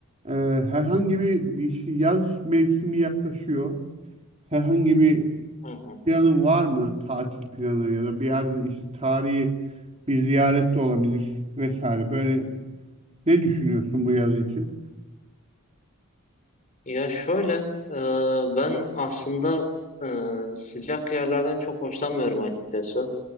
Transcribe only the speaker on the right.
Ee, herhangi bir, bir şey- yaz mevsimi yaklaşıyor. Herhangi bir
planın var mı? Tatil planı ya da bir yerde işte tarihi bir ziyaret de olabilir vesaire. Böyle ne düşünüyorsun bu yaz için?